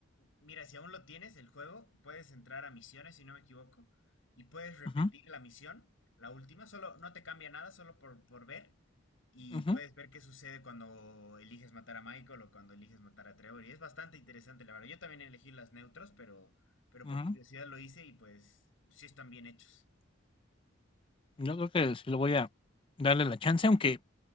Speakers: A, on the left; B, on the left.
A: Mira, si aún lo tienes, el juego, puedes entrar a misiones, si no me equivoco, y puedes repetir
B: Ujú,
A: la misión, la última, solo no te cambia nada, solo por, por ver, y
B: ujú,
A: puedes ver qué sucede cuando eliges matar a Michael o cuando eliges matar a Trevor, y es bastante interesante, la verdad. Yo también elegí las neutros, pero, pero por
B: ujú.
A: curiosidad lo hice y pues sí están bien hechos.
B: Yo creo que sí lo voy a darle la chance, aunque